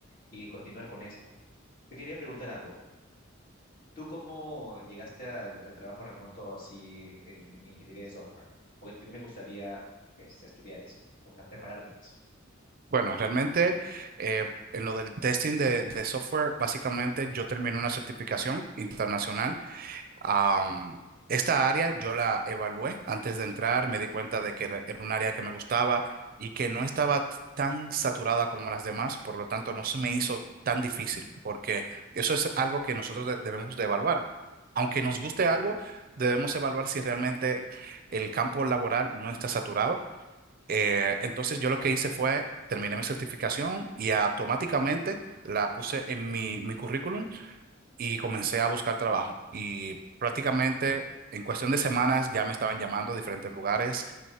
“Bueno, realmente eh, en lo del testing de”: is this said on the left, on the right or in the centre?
Right